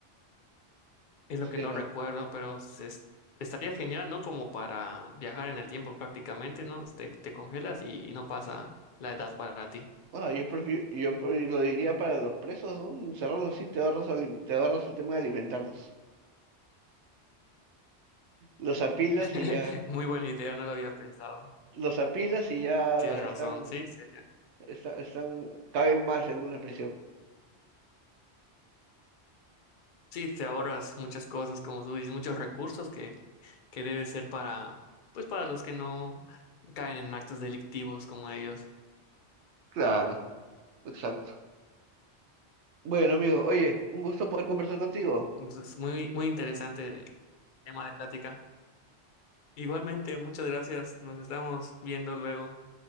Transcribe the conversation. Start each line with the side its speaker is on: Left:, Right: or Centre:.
Left: es
Right: ¿sí
Left: lo que no
Right: o no?
Left: recuerdo, pero se es- estaría genial, ¿no? Como para viajar en el tiempo prácticamente, ¿no? Te, te congelas y y no pasa la edad para ti.
Right: Ah, yo prefiero, yo pre- lo diría para los presos, ¿no? Encerrarlos así, te ahorras, ali- te ahorras el tema de alimentarlos. Los apilas
Left: <laughs>
Right: y ya,
Left: Muy buena idea, no lo había pensado.
Right: los apilas y ya
Left: Tienes razón,
Right: están
Left: sí, sería.
Right: Está- están, caben más en una prisión.
Left: Sí, te ahorras muchas cosas, como tú dices, muchos recursos que, que debe ser para, pues para los que no caen en actos delictivos como ellos.
Right: Claro, exacto. Bueno, amigo, oye, un gusto poder conversar contigo.
Left: Entonces, muy, muy interesante tema de plática. Igualmente, muchas gracias. Nos estamos viendo luego.